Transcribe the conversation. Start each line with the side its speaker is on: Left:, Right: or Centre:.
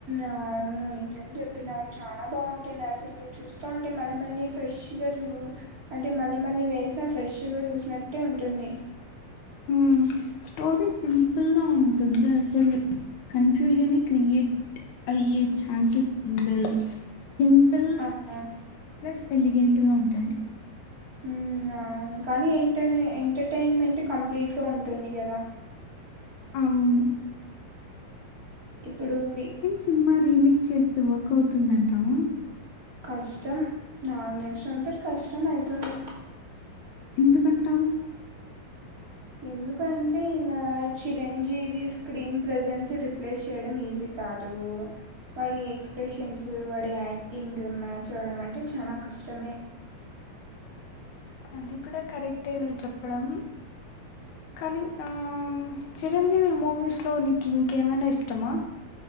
Right: అవును ను్వు నిజం చెప్పినావు చాలా బాగుంటుంది అసలు చూస్తా ఉంటే మళ్ళీ మళ్ళీ ఫ్రెష్ గా చూ అంటే మళ్ళీ మళ్ళీ వేసినా ఫ్రెష్ గా చూసినట్టే ఉంటుంది
Left: ఉ స్టోరీ సింపుల్ గా ఉంటుంది అసలు కానీ కన్ఫ్యూజన్ నే క్రియేట్ అయ్యే ఛాన్సెస్ ఉండదు సింపుల్
Right: అవును
Left: ప్లస్ ఎలిగెంట్ గా ఉంటది
Right: ఉ అవును కానీ ఏంటనే ఎంటర్టన్మెంట్ కంప్లీట్ గా ఉంటుంది కదా
Left: అవును
Right: ఇప్పుడు వి
Left: సినిమా రీమేక్ చేస్తే వర్క్ అవుతుందంటావా
Right: కష్టం నాకు తెలిచిన అంత వరకు కష్టం అవుతుంది
Left: ఎందుకు అంటావ్
Right: ఎందుకంటే ఇంగ చిరంజీవి స్క్రీన్ ప్రెజెన్స్ రిప్లేస్ చేయడం ఈజీ కాదు వాడి ఎక్స్ప్రెషన్స్ వాడి యాక్టింగ్ మ్యాచ్ అవ్వడం అంటే చానా కష్టమే
Left: అది కూడా కరెక్టే నువ్ చెప్పడం కానీ ఆ చిరంజీవి మూవీస్ లో నీకు ఇంకేమైనా ఇష్టమా